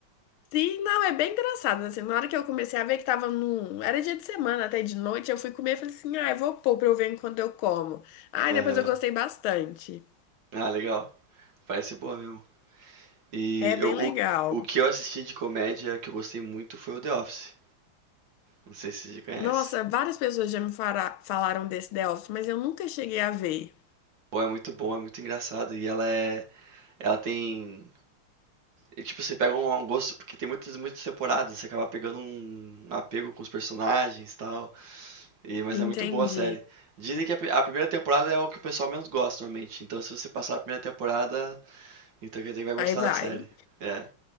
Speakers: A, on the left; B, on the right.
A: Sim, não, é bem engraçado, assim, na hora que eu comecei a ver que tava num... Era dia de semana, até de noite, eu fui comer e falei assim, ah, eu vou pôr pra eu ver enquanto eu como. Ah,
B: Aham.
A: depois eu gostei bastante.
B: Ah, legal. Parece boa mesmo. E
A: É
B: eu,
A: bem legal.
B: o, o que eu assisti de comédia que eu gostei muito foi o The Office. Não sei se você conhece.
A: Nossa, várias pessoas já me fara- falaram desse The Office, mas eu nunca cheguei a ver.
B: Pô, é muito bom, é muito engraçado. E ela é. Ela tem. e, tipo, você pega um, um gosto, porque tem muitas, muitas temporadas, você acaba pegando um um apego com os personagens e tal. E, mas
A: Entendi.
B: é muito boa a série. Dizem que a, pri- a primeira temporada é o que o pessoal menos gosta normalmente. Então, se você passar a primeira temporada, Então quer dizer que vai gostar
A: Aí vai.
B: da série. É.